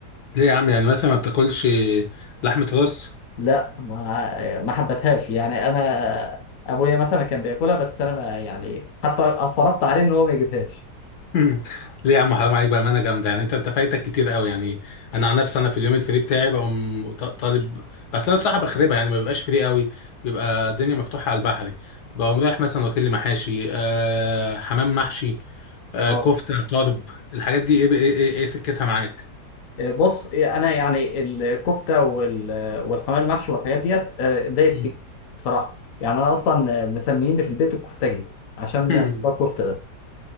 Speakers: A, on the left (about 80°); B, on the left (about 65°).
A: ليه يا عم يعني مثلا ما بتاكلش لحمه راس
B: لا ما آه، ما حبتهاش يعني انا ابويا مثلا كان بياكلها بس انا ما يعني حتى فرضت عليه ان هو ما يجيبهاش
A: مم. ليه يا عم حرام عليك بامانه جامده يعني انت انت فايتك كتير قوي يعني انا عن نفسي انا في اليوم الفري بتاعي بقوم ط- طالب بس انا الصراحه بخربها يعني ما بيبقاش فري قوي بيبقى الدنيا مفتوحه على البحري بقوم رايح مثلا واكل لي محاشي آه حمام محشي آه
B: اه
A: كفته طرب الحاجات دي ايه ايه ايه, إيه سكتها معاك
B: بص انا يعني الكفته وال- والحمام المحشي والحاجات ديت آه، دايس
A: مم.
B: فيه بصراحه يعني انا اصلا مسميني في البيت الكفتاجي عشان
A: <laughs>
B: بتاع الكفته ده